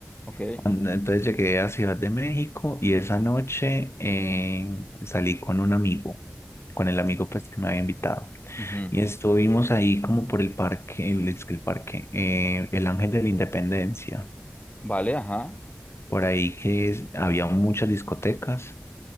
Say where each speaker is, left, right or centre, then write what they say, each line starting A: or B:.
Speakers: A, on the left (about 35°); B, on the left (about 80°).
A: Ok.
B: Cuando- Entonces llegué a Ciudad de México y esa noche eh, salí con un amigo, con el amigo pues que me había invitado.
A: Ujú.
B: Y estuvimos ahí como por el parque, el, es que el parque, eh, el Ángel de la Independencia,
A: Vale, ajá.
B: por ahí que es- había muchas discotecas.